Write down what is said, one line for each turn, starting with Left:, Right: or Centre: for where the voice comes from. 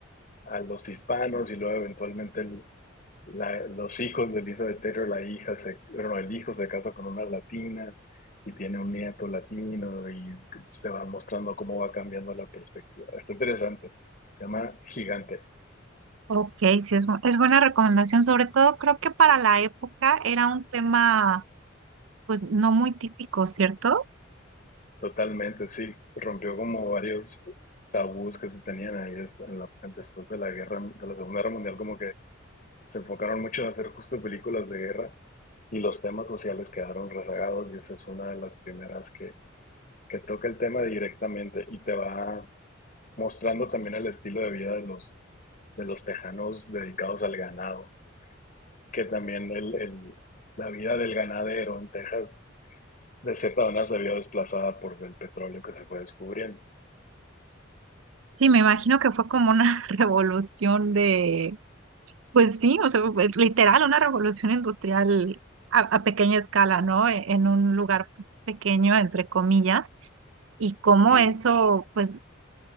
Left: a los hispanos y luego eventualmente la- los hijos de Elizabeth Taylor, la hija se, bueno, el hijo se casa con una latina y tiene un nieto latino y te van mostrando cómo va cambiando la perspectiva. Está interesante. Se llama Gigante.
Right: Ok, sí, es, bu- es buena recomendación. Sobre todo creo que para la época era un tema pues no muy típico, ¿cierto?
Left: Totalmente, sí. Rompió como varios tabús que se tenían ahí des- en la- después de la guerra, de la Segunda Guerra Mundial, como que se enfocaron mucho en hacer justo películas de guerra y los temas sociales quedaron rezagados y esa es una de las primeras que, que toca el tema directamente y te va mostrando también el estilo de vida de los, de los tejanos dedicados al ganado, que también el, el- la vida del ganadero en Texas de cierta manera se vio desplazada por el petróleo que se fue descubriendo.
Right: Sí, me imagino que fue como una <laughs> revolución de, pues sí, o sea, fue literal, una revolución industrial a, a pequeña escala, ¿no? E- En un lugar pequeño, entre comillas, y cómo
Left: Y
Right: eso, pues,